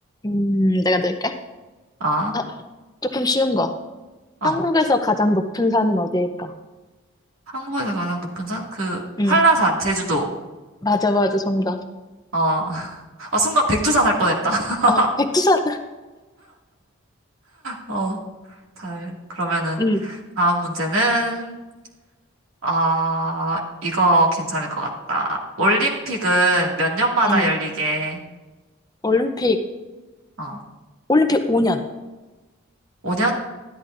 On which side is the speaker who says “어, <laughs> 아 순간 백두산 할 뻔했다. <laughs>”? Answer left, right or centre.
Right